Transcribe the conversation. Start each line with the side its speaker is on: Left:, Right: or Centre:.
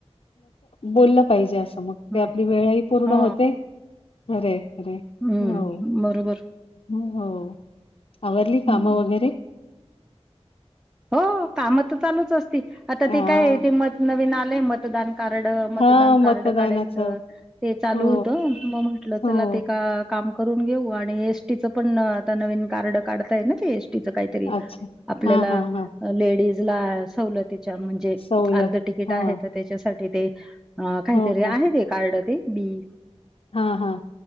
Left: बोललं पाहिजे असं मग
Centre: हम्म
Left: ते आपली वेळ हि पूर्ण
Centre: हो
Left: होते. खरय खरय
Centre: हम्म
Left: हो
Centre: बरोबर
Left: हो.... आवरली काम
Centre: हम्म
Left: वगैरे.
Centre: हो काम तर चालूच असती आता
Left: हां.
Centre: ती काय ते मत नवीन आलंय मतदान... कार्ड, मतदान
Left: हां, मतदानाचं.
Centre: कार्ड काढायचं... ते चालू
Left: हो,
Centre: होतं मग म्हंटलं
Left: हो.
Centre: चला ते का काम.... करून घेऊ आणि एसटी चं पण आता नवीन कार्ड काढताय ना ते एसटीचं काही.... तरी
Left: अच्छा.
Centre: आपल्याला....
Left: हां, हां, हां.
Centre: लेडीज ला सवलतीच्या म्हणजे
Left: सवलत.
Centre: अर्ध तिकीट
Left: हां.
Centre: आहे तर त्याच्यासाठी ते.... अ काहीतरी
Left: हो का?
Centre: आहे ते कार्ड ते बी......
Left: हां, हां.